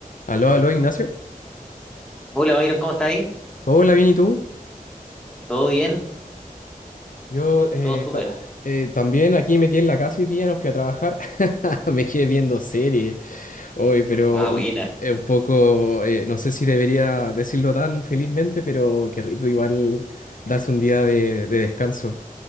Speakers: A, on the left; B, in the centre.
A: Aló, aló, Ignacio.
B: Hola Byron, ¿cómo está ahí?
A: Hola, bien, ¿y tú?
B: ¿Todo bien?
A: Yo eh,
B: ¿Todo súper?
A: ta- eh, también aquí me quedé en la casa y día, no fui a trabajar. <laughs> Me quedé viendo series hoy, pero
B: Ah, buena,
A: un, eh, un poco, eh, no sé si debería decirlo tan felizmente, pero qué rico igual darse un día de, de descanso.